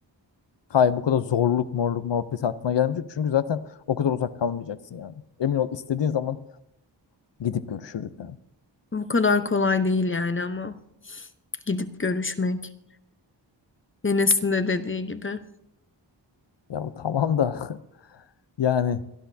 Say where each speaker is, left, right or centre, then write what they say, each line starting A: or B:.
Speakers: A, on the left (about 70°); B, on the left (about 25°).
A: Hayır bu kadar zorluk morluk muhabbeti aklına gelmeyecek. Çünkü zaten o kadar uzak kalmayacaksın yani. Emin ol istediğin zaman gidip görüşürüz yani.
B: Bu kadar kolay değil yani ama gidip görüşmek. Enes'in de dediği gibi.
A: Ya tamam da <laughs> yani